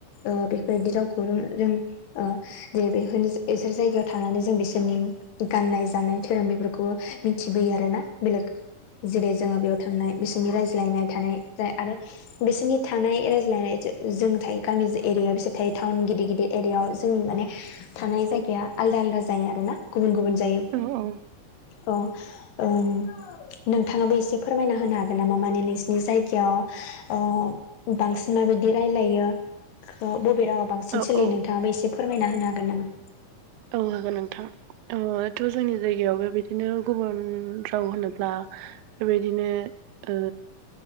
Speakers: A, on the left (about 75°); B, on the right (about 85°).
A: ओ बेफोरबायदि रावखौ रों रों ओ जेरै बेफोरनि बिसोर जायगायाव थानानै जों बिसोरनि गाननाय जानाय धोरोम बेफोरखौ मिथिबोयो आरो ना बेलेग जेरै जोङो बेयाव थांनाय बिसोरनि रायज्लायनाय थानाय जाय आरो बिसोरनि थानाय रायज्लायनाय जो जों थायो गामि एरियायाव बिसोर थायो टाउन गिदिर गिदिर एरियाायाव जोंनि माने थानाय जायगाया आलदा आलदा जायो आरो ना गुबुन गुबुन जायो।
B: औ औ
A: औ ओम नोंथाङाबो एसे फोरमायना होनो हागोन नामा माने नोंसिनि जायगायाव ओ बांसिन माबायदि रायलायो ओ बबे रावा बांसिन सोलियो
B: औ
A: नोंथाङाबो एसे फोरमायना होनो हागोन नामा?
B: औ हागोन नोंथां थ' जोंनि जायगायावबो बिदिनो गुबुन राव होनोब्ला बेबायदिनो ओ